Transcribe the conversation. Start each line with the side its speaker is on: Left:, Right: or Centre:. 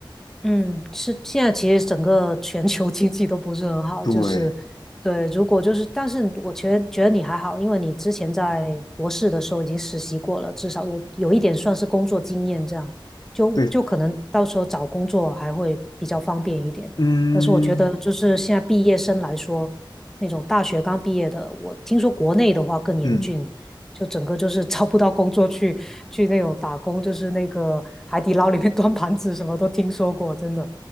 Centre: 嗯，是现在其实整个全球 <laughs> 经济都不是很好，
Left: 对
Centre: 就是对，如果就是，但是我觉得觉得你还好，因为你之前在博士的时候已经实习过了，至少有有一点算是工作经验，这样就就可能到时候找工作还会比较方便一点。
Left: 对，嗯
Centre: 但是我觉得就是现在毕业生来说，那种大学刚毕业的，我听说国内的话更严峻，
Left: 嗯，
Centre: 就整个就是找不到工作去去那种打工，就是那个海底捞里面 <laughs> 端盘子，什么都听说过，真的。